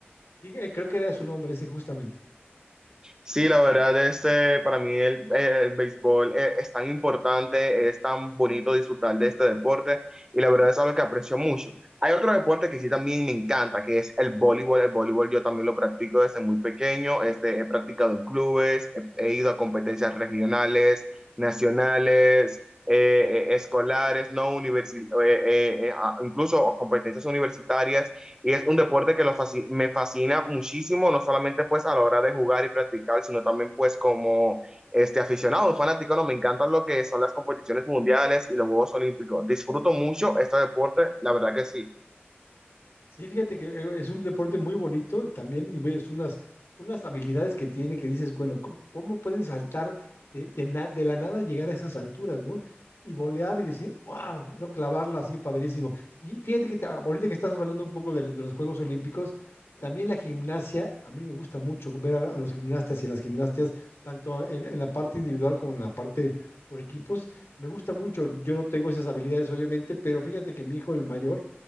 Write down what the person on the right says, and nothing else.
Sí, la verdad, este, para mí el, eh, el béisbol eh, es tan importante, es tan bonito disfrutar de este deporte y la verdad es algo que aprecio mucho. Hay otro deporte que sí también me encanta, que es el voleibol. El voleibol yo también lo practico desde muy pequeño, este, he practicado en clubes, he, he ido a competencias regionales, nacionales, eh, eh, escolares, no universi- eh, eh, eh, a- incluso competencias universitarias y es un deporte que lo fasc- me fascina muchísimo, no solamente pues a la hora de jugar y practicar, sino también pues como este aficionado, fanático, no, me encantan lo que son las competiciones mundiales y los Juegos Olímpicos. Disfruto mucho este deporte, la verdad que sí.